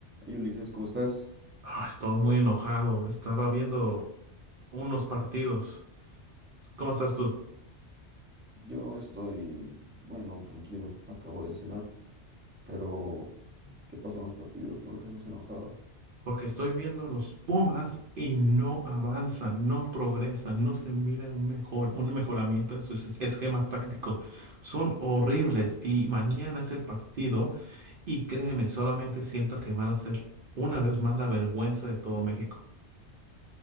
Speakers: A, on the right; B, on the right.
A: Hey Ulises, ¿cómo estás?
B: Ah, estoy muy enojado. Estaba viendo unos partidos. ¿Cómo estás tú?
A: Yo estoy, bueno, tranquilo, acabo de cenar, pero ¿qué pasó en los partidos? ¿Por qué estás enojado?
B: Porque estoy viendo a los Pumas y no avanzan, no progresan, no se mira un mejor, un mejoramiento en su es- esquema táctico. Son horribles y mañana es el partido y créeme, solamente siento que van a ser una vez más la vergüenza de todo México.